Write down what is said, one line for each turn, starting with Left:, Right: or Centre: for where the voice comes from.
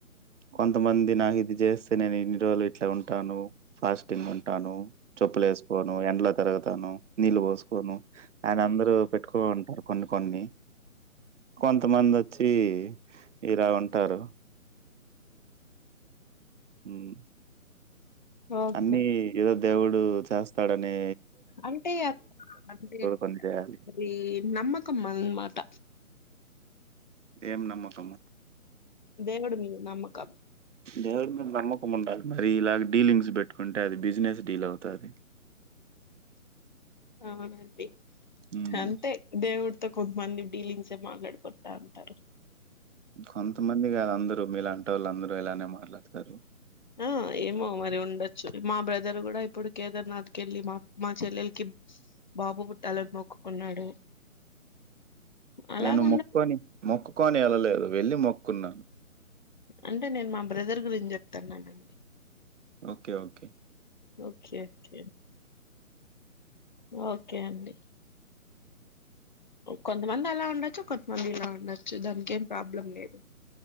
Right: కొంతమంది నాకు ఇది చేస్తే నేను ఇన్ని రోజులు ఇట్లా ఉంటాను ఫాస్టింగ్ అని ఉంటాను చొప్పులు ఏసుకోను ఎండ్లొ తిరగుతాను నీళ్ళు పోసుకోను అని అందరు ఇపుడు పెట్టుకుంటారు కొన్ని కొన్ని కొంతమంది వచ్చి ఇలా ఉంటారు మ్
Left: ఓకే
Right: అన్నీ ఏదో దేవుడు చేస్తాడని
Left: అంటే అ అంటే
Right: కొన్ని చేయాలి.
Left: అది నమ్మకం అన్నమాట
Right: ఏం నమ్మకమ
Left: దేవుడు మీద నమ్మకం
Right: దేవుడి నమ్మకం ఉండాలి మరి ఇలాగ డీలింగ్స్ పెట్టుకుంటే అది బిజినెస్ డీల్ అవుతాది
Left: అవునండి
Right: హ్మ్.
Left: అంతే దేవుడు కొంతమంది డీలింగ్స్ఏ మాట్లాడుకుంటా ఉంటారు
Right: కొంతమంది కాదు అందరూ మీలాంటొళ్ళు అందరు ఇలానే మాట్లాడతారు
Left: ఆ ఏమో మరి ఉండొచ్చు మా బ్రదర్ కూడా ఇప్పుడు కేదార్నాథ్ కి వెళ్ళి మా మా చెల్లెలికి బాబు పుట్టాలని మొక్కుకున్నాడు అలాగ
Right: నేను
Left: ఉండ
Right: మొక్కుకోని మొక్కుకోని అలాలా లే వెళ్ళి మొక్కుకున్నాను.
Left: అంటే నేను మా బ్రదర్ గురించి చెప్తున్నాను అండి.
Right: Okay okay
Left: okay okay okay అండి. కొంతమంది అలా ఉండొచ్చు. కొంతమంది ఇలా ఉండొచ్చు. దానికి ఏం ప్రాబ్లం లేదు.